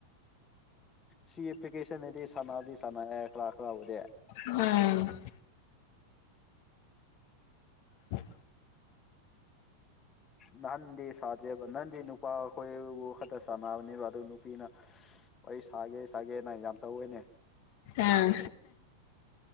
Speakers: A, on the left; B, on the left.
A: ꯁꯤ ꯑꯦꯄ꯭ꯂꯤꯀꯦꯁꯟꯅꯗꯤ ꯁꯥꯟꯅꯗꯤ ꯁꯥꯟꯅꯑꯦ ꯀ꯭ꯂꯥ ꯀ꯭ꯂꯥ ꯕꯨꯗꯤ
B: ꯎꯝ ꯎꯝ
A: ꯅꯍꯥꯟꯗꯤ ꯁꯥꯗꯦꯕ ꯅꯍꯥꯟꯗꯤ ꯅꯨꯄꯥ ꯑꯈꯣꯏꯕꯨ ꯈꯛꯇ ꯁꯥꯟꯅꯕꯅꯦꯕ ꯑꯗꯨ ꯅꯨꯄꯤꯅ ꯑꯩ ꯁꯥꯒꯦ ꯁꯥꯒꯦꯅ ꯌꯥꯝ ꯇꯧꯋꯦꯅꯦ
B: ꯑꯥ